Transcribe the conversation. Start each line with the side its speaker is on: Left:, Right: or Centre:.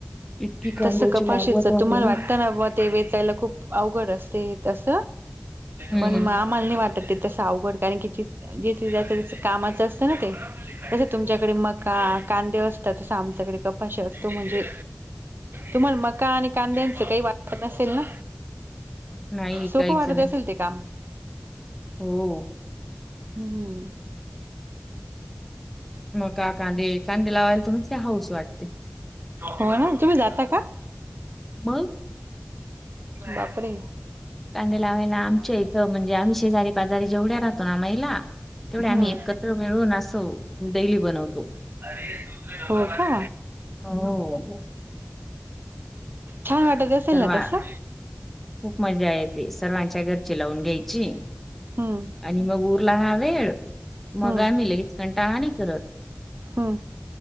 Centre: इतकी कांद्याची
Right: तस कपाशीच
Centre: लागवड राहते
Right: तुम्हाला वाटत ना बा ते वेचायला खूप अवघड असते तस
Centre: हम्म.
Right: पण आम्हाला नाही वाटत ते तस आऊ गोड कारण जिथे ज्याचं ज्याच्या कामाचं असतं ना ते जस तुमच्याकडे मका कांदे असत तस आमच्याकडे कपाशी असतो म्हणजे तुम्हाला मका आणि कांद्यांचे काही वाटत नसेल ना?
Centre: नाही
Right: सोपं
Centre: काहीच
Right: वाटत
Centre: नाही
Right: असेल ते काम.
Centre: हो
Right: हम्.
Centre: मका कांदे कांदे लावायला तर नुसती हाऊस वाटते.
Right: हो ना तुम्ही जाता का?
Centre: मग?
Right: बापरे!
Centre: कांदे लावायला आमच्या इथं म्हणजे आम्ही शेजारी पाजारी जेवढ्या राहतो ना महिला तेवढ्या
Right: हम्म
Centre: आम्ही एकत्र मिळून असं डेैली बनवतो.
Right: अरे दुसरे <unintelligible> हो का?
Centre: हो.
Right: छान वाटत असेल
Centre: सर्वा
Right: ना तसं
Centre: खूप मजा येते सर्वांच्या घरची लावून घ्यायची.
Right: हम्म
Centre: आणि मग उरला हा वेळ मग
Right: हम्म
Centre: आम्ही लगेच कंटाळा नाही करत.
Right: हो.